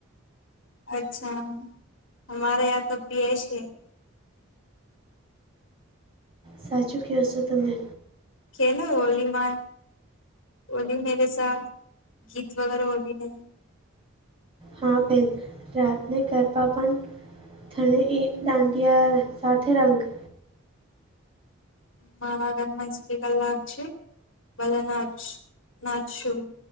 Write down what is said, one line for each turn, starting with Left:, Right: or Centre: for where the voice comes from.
Left: અચ્છા અમારે યા તો પિયે છે.
Right: સાચું કેવો છો તમે.
Left: <unintelligible> ઓલી મેરે સાત ગીત વગેરે ઓલી નહીં.
Right: હા બેેન રાતને ગરબા પણ... થણે એ દાંડિયા સાથે રંગ.
Left: મારા ઘરમાં જ <unintelligible> છે. બલા નાચ નાચશું.